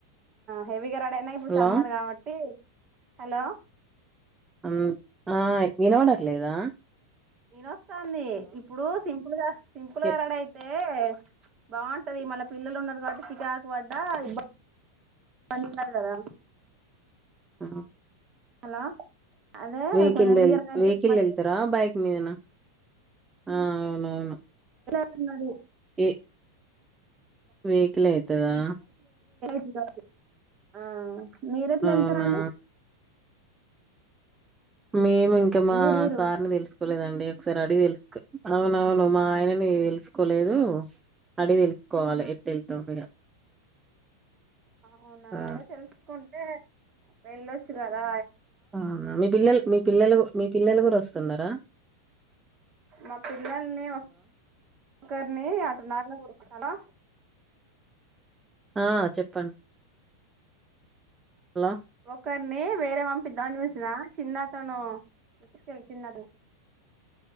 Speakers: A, on the right; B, on the right.
A: హెవీగా రడయినా ఇప్పుడు
B: హలో
A: సమ్మర్ గాబట్టి హలో
B: అం ఆ వినబడ లేదా
A: వినోస్తాంది ఇప్పుడు సింపుల్ గా సింపుల్గా
B: ఎ
A: రడ అయితే ఏ బాంటది మళ పిల్లలు ఉన్నది కాబట్టి చికాకు పడ్డ ఇబ ఇబ్బంది ఉన్నారు కదా
B: ఆ
A: హలో అదే
B: వెహికిల్
A: కొంచెం హెవీగా రెడీ అయితే
B: వెహికల్
A: ఇబ్బంది
B: వెల్తరా బైక్ మీదనా ఆ నవును
A: ఉన్నది
B: ఏ వెహికల్ అవుతుదా
A: కాదు ఆ మీరు ఎట్లా
B: అవునా
A: వెళ్తారండి
B: మేము ఇంకా మా
A: మీరు మీరు
B: సార్ని తెలుసు తెలీదండి ఒకసారి అడిగి తెలుసుక్ అవునవును మా ఆయనని తెలుసుకోలేదు. అడిగి తెలుసుకోవాలి
A: ఆ
B: ఎట్లెళ్తోందిగా
A: అవునా
B: ఆ
A: అదె తెలుసుకుంటే వెళ్ళొచ్చు గదా
B: అవునా మీ పిల్లలు మీ పిల్లలు మీ పిల్లలు కూడా వస్త తున్నరా
A: మా పిల్లల్ని ఒక ఒకరిని నట్లా గుర్తున్నానా
B: ఆ చెప్పండి హలో
A: ఒకరిని వేరే పంపిద్దామ్ అని చూసినా చిన్నతను తీసుకెళ్ళ చిన్న